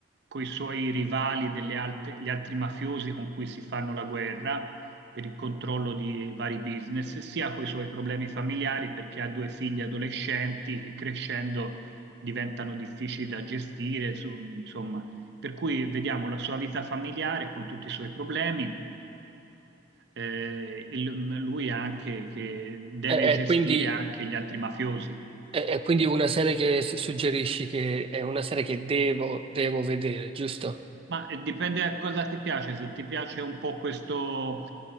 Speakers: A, on the right; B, on the right.
A: i suoi rivali, delle alt- gli altri mafiosi con cui si fanno la guerra, per il controllo di vari business, sia con i suoi problemi familiari perché ha due figli adolescenti che crescendo diventano difficili da gestire, so- insomma, per cui vediamo la sua vita familiare con tutti i suoi problemi. eh, e l- lui anche che deve
B: E,
A: gestire
B: e quindi,
A: anche gli altri mafiosi.
B: e- e quindi una serie che s- suggerisci che è una serie che devo, devo vedere, giusto?
A: Ma eh, dipende da cosa ti piace, se ti piace un po' questo,